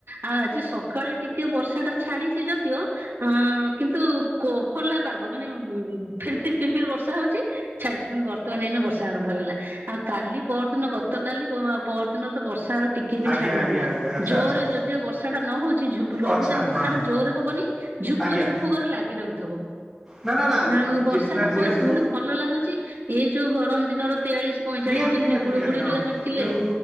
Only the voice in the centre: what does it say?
ଆଜ୍ଞା
ଆଜ୍ଞା ଆଜ୍ଞା ଆଚ୍ଛା
ଆଚ୍ଛା
ଆଚ୍ଛା
ହଁ
ଆଜ୍ଞା।
ନା ନା ନା
ଯେ ନା
ଯେହେତୁ
ନିହାତି
ନିହାତି
ନିହାତି ହଁ
ଯୋଉ